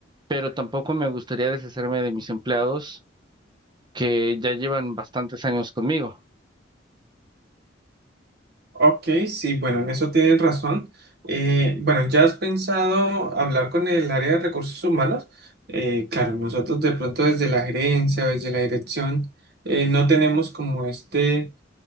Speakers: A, on the right; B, on the right.
A: pero tampoco me gustaría deshacerme de mis empleados que ya llevan bastantes años conmigo.
B: Ok, sí, bueno, en eso tienes razón. Eh, bueno, ¿ya has pensado hablar con el área de recursos humanos? Eh, claro, nosotros de pronto desde la gerencia, desde la dirección, eh, no tenemos como este...